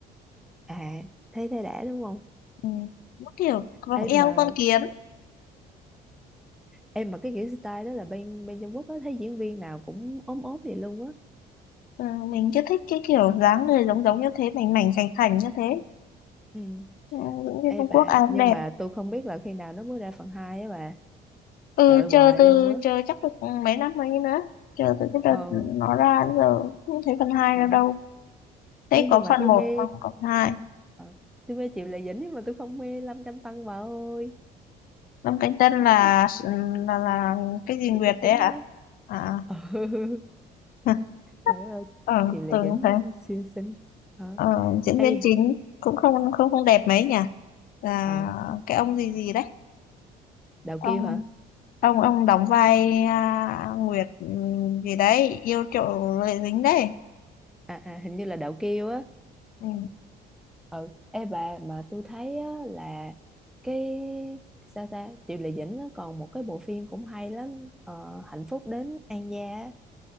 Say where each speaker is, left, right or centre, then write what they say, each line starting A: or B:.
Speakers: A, in the centre; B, on the left.
A: à thấy thấy đã đúng không
B: ừ, nó kiểu vòng
A: em
B: eo
A: mà
B: con kiến.
A: em mà cái kiểu style đó là bên bên Trung Quốc á thấy diễn viên nào cũng ốm ốm vậy luôn á
B: Ừ, mình cứ thích cái kiểu dáng người giống giống như thế, mảnh mảnh khảnh khảnh như thế.
A: ừ
B: Ừ, những viên
A: ê
B: Trung
A: bà
B: Quốc ai cũng
A: nhưng
B: đẹp.
A: mà tôi không biết là khi nào nó mới ra phần 2 á bà
B: ừ
A: đợi hoài
B: chờ từ
A: luôn á
B: chờ chắc được mấy năm rồi nữa chờ từ cái đợt
A: ờ
B: nó ra đến giờ không thấy phần hai
A: ừ
B: ra đâu thấy
A: ê
B: có
A: nhưng mà
B: phần
A: tôi
B: một
A: mê
B: không có phần hai
A: ờ, tôi mê Triệu Lệ Dĩnh nhưng mà tôi không mê Lâm Canh Tân bà ơi
B: Lâm Cánh Chân là
A: <laughs>
B: là là cái gì
A: diễn
B: Nguyệt
A: viên
B: đấy
A: chính
B: hả
A: á
B: à
A: ừ <laughs>
B: <laughs>
A: trời ơi
B: ờ
A: chị Lệ
B: tưởng
A: Dĩnh
B: như thế
A: siêu xinh hả
B: ờ, diễn
A: ê
B: viên chính cũng không không không đẹp mấy nhỉ là
A: ờ
B: cái ông gì gì đấy
A: đậu
B: ông
A: kiêu hả
B: ông ông đóng vai à, Nguyệt ừm, gì đấy yêu trộm lệ dính đấy
A: à, à hình như là đậu kiêu á
B: ừ,
A: ừ ê bà mà tôi thấy á, là cái sao ta Triệu Lệ Dĩnh nó còn một cái bộ phim cũng hay lắm ờ, Hạnh phúc đến An gia á.